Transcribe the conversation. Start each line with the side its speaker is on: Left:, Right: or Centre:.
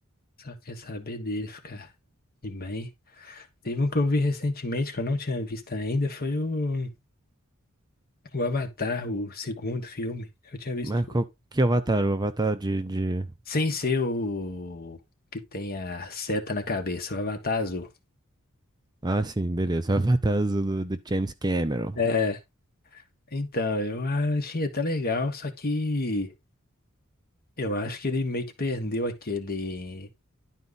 Left: Só quer saber dele ficar de bem. Teve um que eu vi recentemente, que eu não tinha visto ainda, foi o, o Avatar, o segundo filme. Eu tinha visto
Right: Mas qual que é o Avatar? O Avatar de, de
Left: sem ser o que tem a seta na cabeça, o Avatar azul.
Right: Ah, sim, beleza. <laughs> O Avatar Azul do, do James Cameron.
Left: é Então, eu achei até legal, só que eu acho que ele meio que perdeu aquele,